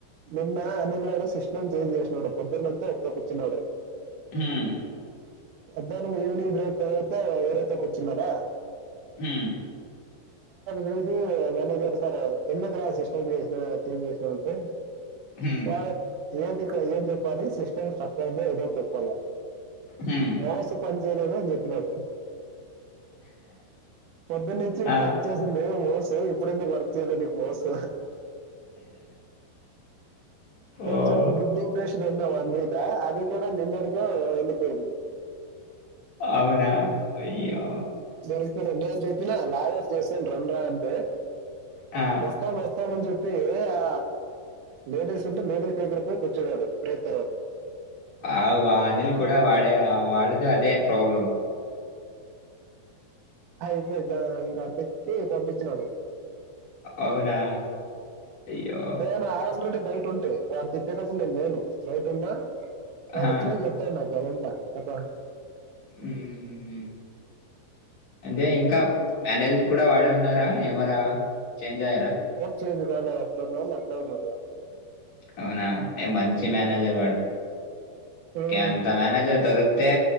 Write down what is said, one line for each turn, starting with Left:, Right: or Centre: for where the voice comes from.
Right: నిన్న అనిల్ గాడు సిస్టమ్ చైంజ్ చేసినాడు పొద్దున్నంతా ఒకటే కూర్చున్నాడు
Left: మ్మ్
Right: మధ్యాహ్నం ఈవనింగ్ అయిన తరువాత వేరేతాకి వచ్చిన్నార
Left: హ్మ్
Right: చూసి మేనేజర్ సార్ ఎందుకు రా సిస్టం చెంజ్ చేసినావు అంటే
Left: హ్మ్.
Right: వాడు ఏది ఇక్కడ ఏం చెప్పాలి సిస్టమ్ స్ట్రక్ అయిందో ఏదోటి చెప్పాలి
Left: హ్మ్.
Right: మౌస్ పని చేయలేదు అని చెప్పినాడు పొద్దున నుంచి
Left: ఆ!
Right: వర్క్ చేసిండు మౌస్ ఇప్పుడు ఎందుకు వర్క్ చేయ్యలే నికు మౌస్ కొంచెం
Left: ఓహ్!
Right: గుడ్ ఇంప్రెషన్ ఉన్నె వాడి మీదా అది కూడా నిన్నటికే వెళ్ళిపోయింది
Left: అవునా అయ్యో
Right: దొరికిపొయిన నిను చెప్పినా లాగ్అవుట్ చేసుకని రండ్రా అంటే
Left: ఆ!
Right: వస్తాం వస్తా వస్తానని చెప్పి ఆ లేడీస్ ఉంటే లేడీస్ దగ్గర పోయి కూర్చున్నాడు బ్రో
Left: ఆ వా అనిల్ కూడా వాడే వాడిది అదే ప్రాబ్లం
Right: అయితే ఇంకా చెప్పి పంపించినాడు
Left: అవునా అయ్యో!
Right: నేను ఆ ఆల్రెడీ బయట ఉంటి వాడు చెప్పెతప్పుడు నేను లేను బయట ఉన్నా
Left: ఆహా!
Right: వాడు వచ్చినంకా చెపుతాడు నాకు అదంతా కథా
Left: మ్మ్ ఎంజాయ్ ఇంకా మేనేజర్ కూడా వాడే ఉన్నారా ఏమరా చేంజ్ అయ్యారా
Right: చెంజ్ గాలే ఎట్లా ఉన్నొళ్ళు అట్లే ఉన్నారు వాళ్ళు
Left: అవునా ఏ మంచి మేనేజర్ ఏ వాడు
Right: ఉమ్,
Left: ఎంత <unintelligible> మేనేజర్ తరు తే